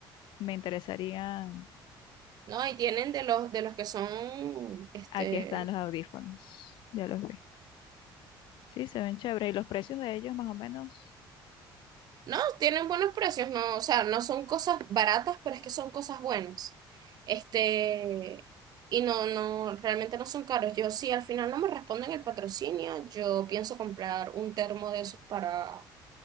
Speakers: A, on the left; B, on the right.
A: Me interesarían.
B: No, y tienen de los, de los que son, este,
A: Aquí están los audífonos. Ya los vi. Sí, se ven chéveres. Y los precios de ellos, más o menos.
B: No, tienen buenos precios, no, o sea, no son cosas baratas, pero es que son cosas buenas. Este, y no, no, realmente no son caros. Yo sí, al final no me responden el patrocinio, yo pienso comprar un termo de esos para,